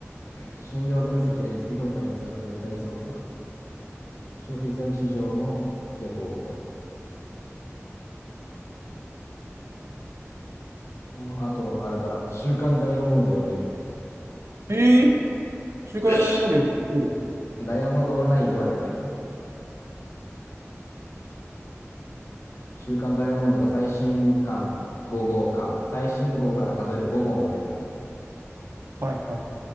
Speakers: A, on the left; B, on the right.
A: 信用分析やリスク評価に必要なデータリソースなど、消費財市場のレポート。あと、あれだ、週刊ダイヤモンド読めるよ。
B: ええ週刊ダイヤモンド読む
A: <laughs> ダイヤモンドオンラインではないけどね。週刊ダイヤモンドが最新刊5号刊、最新号から数えて5号まで読めるって。
B: のはいはい